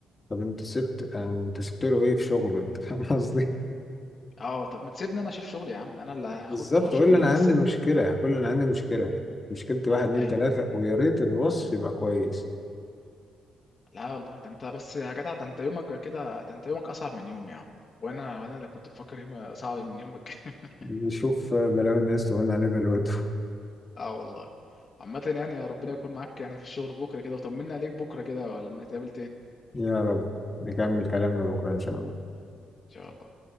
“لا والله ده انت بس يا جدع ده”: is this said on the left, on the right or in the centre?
Left